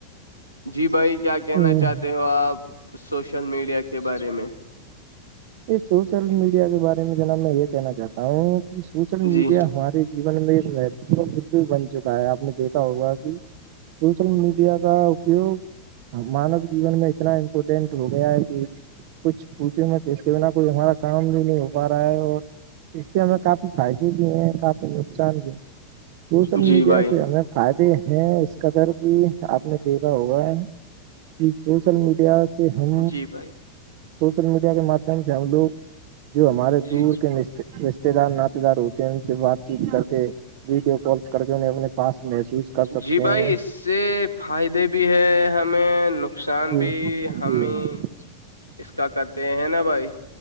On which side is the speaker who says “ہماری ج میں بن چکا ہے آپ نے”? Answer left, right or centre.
Right